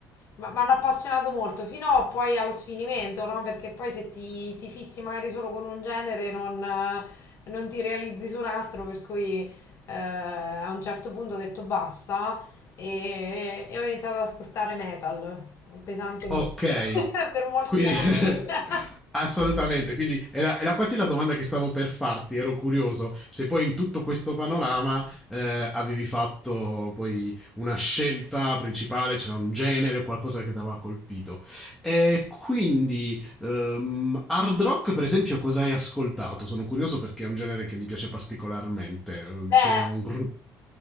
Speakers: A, on the left; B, in the centre.
A: ma- mi hanno appassionato molto, fino poi allo sfinimento, no? Perché poi se ti, ti fissi magari solo con un genere non, eh, non ti realizzi su un altro, per cui eh, a un certo punto ho detto basta e, e ho iniziato ad ascoltare metal pesantemente
B: Ok,
A: <laughs> per molti
B: quindi
A: anni.
B: <laughs>
A: <laughs>
B: assolutamente, quindi era, era quasi la domanda che stavo per farti, ero curioso se poi in tutto questo panorama eh, avevi fatto poi una scelta principale, c'era un genere o qualcosa che ti aveva colpito. E quindi ehm, hard rock, per esempio, cosa hai ascoltato? Sono curioso perché è un genere che mi piace particolarmente.
A: Beh,
B: C'è un gruppo...